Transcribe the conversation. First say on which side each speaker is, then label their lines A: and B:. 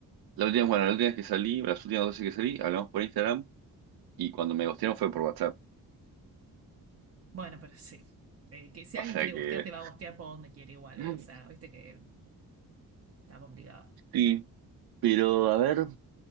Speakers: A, on the right; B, on the right.
A: la última, bueno, la última vez que salí, las últimas dos veces que salí, hablamos por Instagram y cuando me gustearon fue por WhatsApp,
B: Bueno, pero sí. Eh, que si
A: o
B: alguien
A: sea
B: quiere
A: que...
B: gostear, te va a gostear por donde quiere igual,
A: <laughs>
B: eh. O sea, viste que está complicado.
A: Sí, pero a ver,